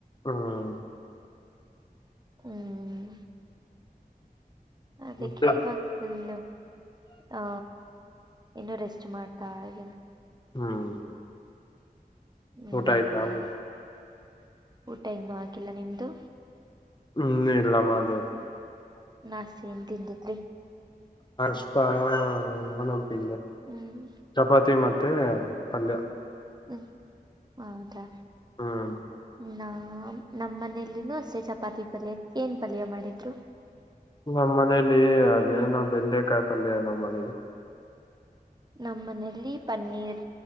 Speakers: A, on the left; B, on the right.
A: ಹ್ಮ್
B: ಹ್ಮ್ ಅದಕ್ಕೆ
A: ಮತ್ತೆ
B: ಇವಾಗಲ್ಲು ಹ ಇನ್ನುೂ ರೆಸ್ಟ್ ಮಾಡ್ತಾ ಹಾಗ
A: ಹ್ಮ್
B: ಹ್ಮ್
A: ಊಟ ಆಯ್ತಾ
B: ಊಟ ಇನ್ನೂ ಆಗಿಲ್ಲ ನಿಮ್ದು
A: ಹ್ಮ್ ಇನ್ನು ಇಲ್ಲ ಮಾಡಬೇಕು
B: ನಾ ಸನ್ ತಿಂದಿದ್ರಿ
A: ಷ್ಟ ನಾನುಡ್ತೀ
B: ಹ್ಮ್
A: ಚಪಾತಿ ಮತ್ತ ಮತ್ತೆ ಪಲ್ಯ
B: ಹ್ಮ್ ಹೌದಾ
A: ಹ್ಮ್
B: ನ ನಮ್ಮ ಮನೇಲ್ಲ ಅಸೆ ಚಪಾತಿ ಪಲ್ಯ ಏನ್ ಪಲ್ಯ ಮಾಡಿದ್ರು
A: ನಮ್ಮ್ ಮನೇಲಿ ಅದೇ ನಾ ಬೆಲ್ಲೆಕಾಯಿ ಪಲ್ಯ ನವ್ ಮನಲಿ
B: ನಮ್ಮ ಮನೇಲಿ ಪನ್ನೀರ್